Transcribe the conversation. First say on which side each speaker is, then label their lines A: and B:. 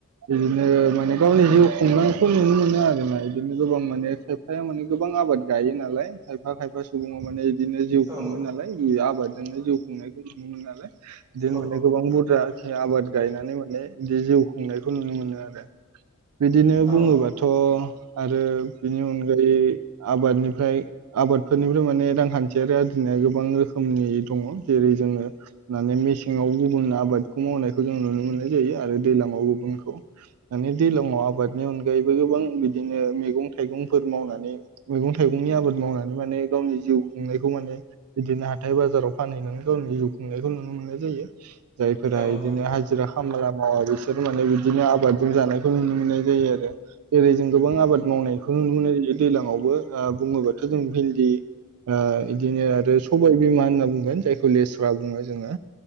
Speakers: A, on the right; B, on the right.
A: बिदिनो माने गावनि जिउ खुंनायखौ नुनो मोनो आरो ना बिदिनो गोबां माने खायफाया माने गोबां आबाद गायो नालाय खायफा खायफा सुबङाव माने बिदिनो जिउ खुंङो
B: औ
A: नालाय आबादजोंनो जिउ खुंनायखौ नुनो मोनो नालाय बिदिनो
B: औ
A: माने गोबां बुरजा आबाद गायनानै माने बि जिउ खुंनायखौ नुनो मोनो आरो। बिदिनो बुङोबाथ'
B: औ
A: आरो बिनि अनगायै आबादनिफ्राय आबादफोरनिफ्राय माने रांखान्थियारि आरजिनाय गोबां रो खोमनि दङ जेरै जोंङो माने मेसेंङाव गुबुन आबादखौ मावनायखौ जों नुनो मो ननाय जायो आरो दैज्लांआव गुबुनखौ माने दैज्लांङआव आबादनि अनगायैबो गोबां बिदिनो मैगं थाइगंफोर मावनानै मैगं थाइ गंनि आबाद मावनानै माने गावनि जिउ खुंनायखौ माने बिदिनो हा थाइ बाजाराव फानहैनानै गावनि जिउ खुंनायखौ नुनो मोननाय जायो जायफोरा
B: औ
A: बिदिनो हाजिरा खामला अ बिसोर माने बिदिनो आबादजों जानायखौ नुनो मोननाय जायो आरो जेरै जों गोबां आबाद मावनाय खौनुनो मोननाय जायो दैज्लांआवबो बुङोब्लाथ' जों भिन्दि ओ बिदिनो आरो स बाय बिमा होनना बुंगोन जायखौ लेस्रा बुङो जोंङो